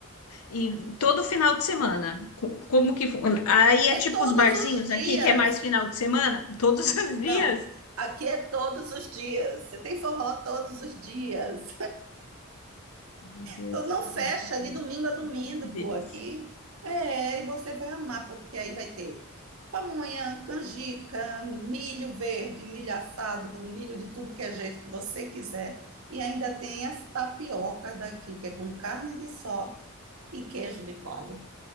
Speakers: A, on the left (about 80°); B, on the right (about 70°).
A: e todo final de semana, co- como que. fu- Aí é
B: É
A: tipo
B: todos
A: os barzinhos
B: os dias.
A: aqui, que é mais final de semana, todos os <laughs> dias.
B: Não, aqui é todos os dias. Você tem forró todos os dias.
A: Meu Deus,
B: Então, não fecha
A: ai, que, deli-
B: de domingo a domingo
A: que que delícia.
B: aqui. É, e você vai amar, porque aí vai ter pamonha, canjica, milho verde, milho assado, milho de tudo que é jeito que você quiser. E ainda tem as tapiocas daqui, que é com carne de sol e queijo de coalho.